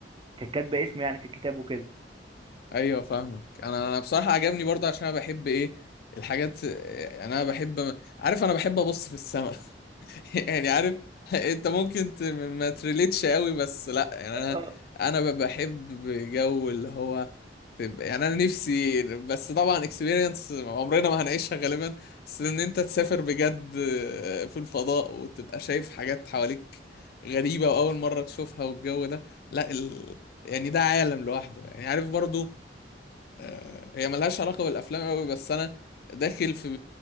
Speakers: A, on the right; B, on the left.
A: كانت كاتبه اسمه يعني في الكتاب وكده
B: ايوه فاهمك انا انا بصراحه عجبني برضه عشان انا بحب ايه الحاجات يعني انا بحب عارف انا بحب ابص في السماء <laughs> يعني عارف <laughs> انت ممكن ت... ما تريليتش قوي بس لا يعني
A: اه
B: انا انا ب- بحب جو اللي هو تبقى يعني انا نفسي بس طبعا اكسبيرينس عمرنا ما هنعيشها غالبا بس ان انت تسافر بجد في الفضاء وتبقى شايف حاجات حواليك غريبة واول مرة تشوفها والجو ده لا ال... يعني ده عالم لوحده يعني عارف برضو آه، هي ملهاش علاقة بالأفلام أوي بس أنا داخل في